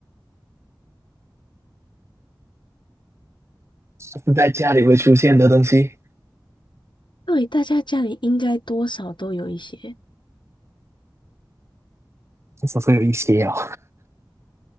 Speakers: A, on the right; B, on the left.
A: 它是在家里会出现的东西，
B: 对，大家家里应该多少都有一些，
A: 这是会有一些哦。